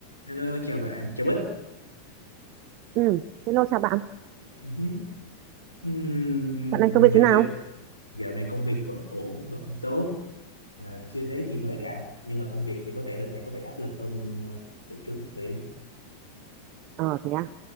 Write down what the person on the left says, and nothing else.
Hello, chào bạn, chào Bích.
Ừ hứ. Ừm,
dạo
giờ dạo này công việc vẫn ổn, vẫn tốt, à, chưa thấy gì mới cả. Nhưng mà công việc thì có vẻ đợt này có vẻ áp lực hơn ờ, đợt trước một tí.